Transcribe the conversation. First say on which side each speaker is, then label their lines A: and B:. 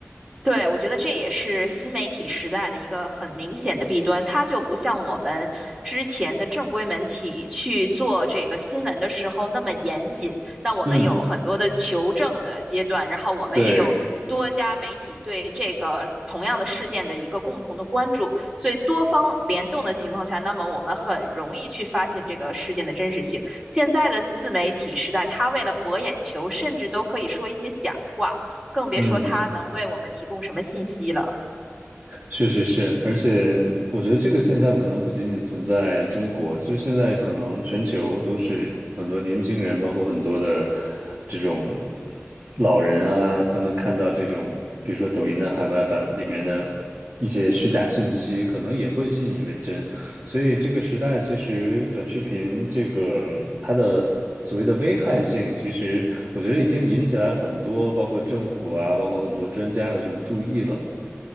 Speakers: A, on the right; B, on the right.
A: 对，我觉得这也是新媒体时代的一个很明显的弊端，它就不像我们之前的正规媒体去做这个新闻的时候那么严谨。那我们有很多的求证的阶段，
B: 嗯，
A: 然后我们也有多家媒体对这个同样的事件的一个共同的关注，
B: 对，
A: 所以多方联动的情况下，那么我们很容易去发现这个事件的真实性。现在的自媒体时代，它为了博眼球，甚至都可以说一些假话。更别说它能为我们提供什么信息了。
B: 嗯。确实是，而且我觉得这个现象可能不仅仅存在中国，就是现在可能全球都是很多年轻人，包括很多的这种老人啊，他们看到这种，比如说抖音的海外版里面的一些虚假信息，可能也会信以为真。所以这个时代其实短视频这个它的所谓的危害性，其实我觉得已经引起来很多，包括政府啊，包括很多专家的这种注意了。